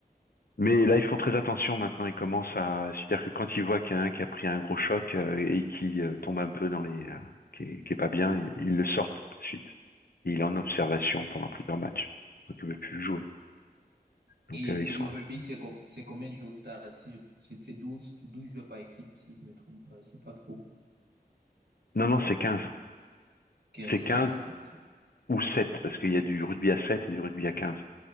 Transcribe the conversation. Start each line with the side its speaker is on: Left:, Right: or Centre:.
Left: Mais là, ils font très attention maintenant. Ils commencent à, c'est-à-dire que quand ils voient qu'il y en a un qui a pris un gros choc euh, et qui euh, tombe un peu dans les, euh, qui est, qui est pas bien, ils, ils le sortent tout de suite. Et il est en observation pendant plusieurs matchs. Donc il ne peut plus jouer. Donc
Right: Et,
Left: euh, ils
Right: et
Left: sont.
Right: le rugby, c'est com- c'est combien de joueurs au stade? Si je- c'est c'est 12, c'est 12 joueurs par équipe, si je me trompe pas, je sais pas trop.
Left: Non, non, c'est 15.
Right: quinze
Left: C'est 15
Right: quinze quinze ok.
Left: ou 7 parce qu'il y a du rugby à 7 et du rugby à 15.